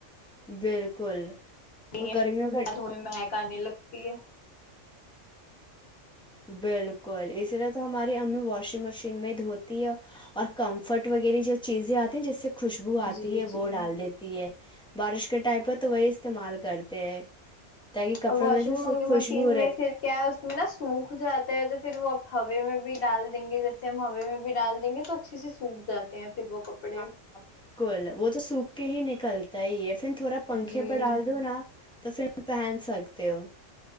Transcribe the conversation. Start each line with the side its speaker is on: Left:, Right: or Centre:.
Centre: بالکل
Left: نہیں
Centre: تو گرمیوں
Left: ہے
Centre: گ
Left: دھونے میں مہک آنے لگتی ہے
Centre: بالکل اس طرح تو ہماری امی واشنگ مشین میں دھوتی ہے اور کمفرٹ وغیرہ جو چیزیں آتی ہیں جیس سے خوشبو آتی
Left: جی
Centre: ہے
Left: جی
Centre: وہ ڈال دیتی ہے بارش کے ٹائپ پہ تو وہی استعمال کرتے ہیں تاکہ کپڑوں
Left: ا واشنگ
Centre: میں سے خوشبو
Left: مشین
Centre: رہتی
Left: میں پھر کیا ہے اس میں نا سوکھ سکھ جاتا ہے تو پھر وہ آپ ہوے میں بھی ڈال دیں گے جیسے ہم ہوے میں بھی ڈال دیں گے تو اچھے سے سوکھ جاتے ہیں پھر وہ کپڑے
Centre: ہاں ہاں بالکل وہ تو سوکھ کے ہی ن کرلتا ہی ہے پھر تھوڑا پنکھے
Left: جی
Centre: پ ڈال دو نا تو پھر پہن سکتے ہو